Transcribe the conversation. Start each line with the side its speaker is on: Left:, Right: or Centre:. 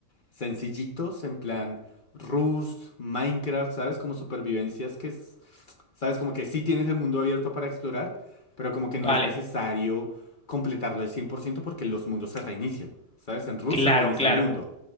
Left: sencillitos, en plan Rust, Minecraft, ¿sabes? Como supervivencias que, es- ¿sabes? Como que sí tienes el mundo abierto para explorar, pero como que
Centre: Vale.
Left: no es necesario completarlo al 100% porque los mundos se reinician, ¿sabes? En Rust
Centre: Claro,
Left: se reinicia
Centre: claro,
Left: el mundo.